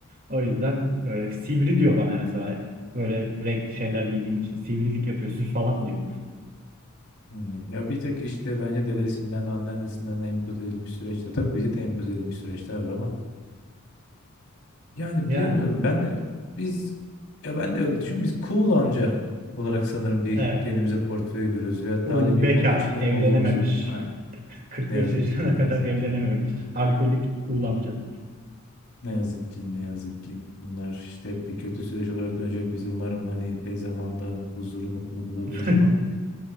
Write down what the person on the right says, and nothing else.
O yüzden böyle sivri diyor bana mesela hep. Böyle renkli şeyler giydiğim için sivrilik yapıyorsun falan diyor.
Yani
evet.
Cool,
bekar,
evlenememiş.
<laughs> kırk
beş
yaşına
kadar evlenememiş.
Alkolik, cool amca.
<laughs>